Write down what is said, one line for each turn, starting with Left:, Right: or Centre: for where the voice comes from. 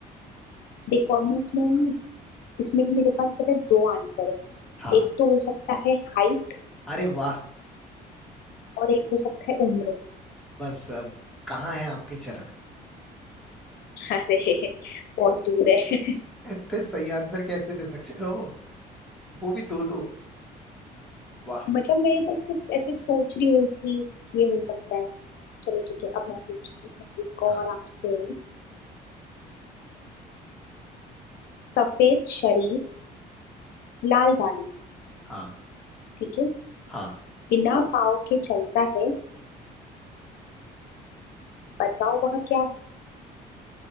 Left: देखो अब मैं इसमें इसमें भी मेरे पास पता है दो आंसर है
Centre: हाँ
Left: एक तो हो सकता है हाइट
Centre: अरे वाह
Left: और एक हो सकता है उम्र
Centre: बस अब कहाँ है आपके चरण
Left: <laughs> अरे बहुत दूर है
Centre: इतने सही आंसर कैसे दे सकते हो वो भी दो दो वाह
Left: मतलब मैं बस तो ऐसे सोच रही हूँ कि ये हो सकता है चलो ठीक है अब मैं पूछती हूँ एक और
Centre: हाँ
Left: आपसे सफेद शरीर लाल दाढ़ी
Centre: हाँ
Left: ठीक है
Centre: हाँ
Left: बिना पाँव के चलता है बताओ वह क्या